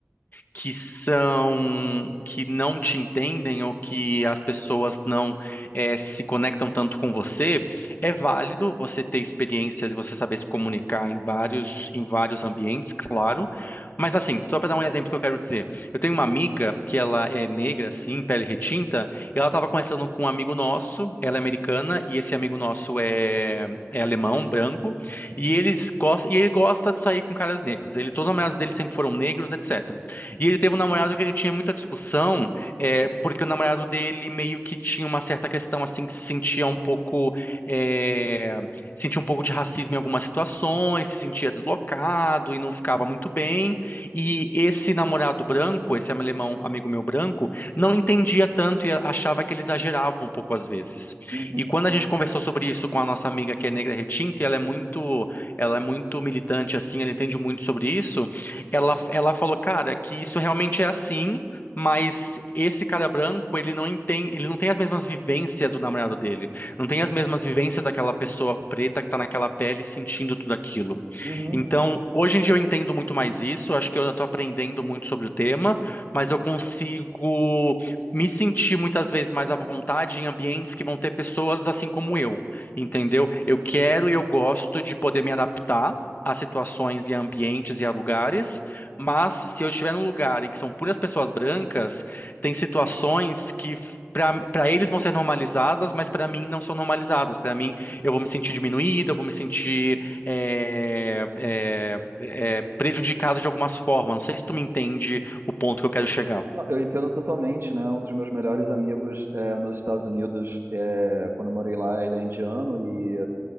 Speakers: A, on the left; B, on the right.
A: que são que não te entendem ou que as pessoas não eh, se conectam tanto com você, é válido você ter experiências e você saber se comunicar em vários em vários ambientes, claro. Mas assim, só para dar um exemplo que eu quero dizer, eu tenho uma amiga que ela é negra, assim, pele retinta, e ela estava conversando com um amigo nosso, ela é americana e esse amigo nosso é, é alemão, branco, e eles gostam, e ele gosta de sair com caras negros. Ele, todos os namorados dele sempre foram negros, etc. E ele teve um namorado que ele tinha muita discussão, é, porque o namorado dele meio que tinha uma certa questão assim que se sentia um pouco, é, sentia um pouco de racismo em algumas situações, se sentia deslocado e não ficava muito bem. E esse namorado branco, esse alemão amigo meu branco, não entendia tanto e achava que ele exagerava um pouco às vezes.
B: uhum,
A: E quando a gente conversou sobre isso com a nossa amiga que é negra retinta, e ela é muito, ela é muito militante assim, ela entende muito sobre isso. Ela, ela falou, cara, que isso realmente é assim, mas esse cara branco, ele não tem, ele não tem as mesmas vivências do namorado dele. Não
B: uhum,
A: tem as mesmas vivências daquela pessoa preta que tá naquela pele sentindo tudo aquilo.
B: uhum.
A: Então, hoje em dia eu entendo muito mais isso, acho que eu estou aprendendo muito sobre o tema, mas eu consigo me sentir muitas vezes mais à vontade em ambientes que vão ter pessoas assim como eu, entendeu? Eu quero e eu gosto de poder me adaptar a situações e a ambientes e a lugares, mas se eu estiver num lugar em que são puras pessoas brancas, tem situações que para para eles vão ser normalizadas, mas para mim não são normalizadas. Para mim, eu vou me sentir diminuída, eu vou me sentir é, é, é, prejudicado de algumas formas. Não sei se tu me entende o ponto que eu quero chegar.
B: Eu entendo totalmente, né? Um dos meus melhores amigos é, nos Estados Unidos, é, quando eu morei lá, ele é indiano e,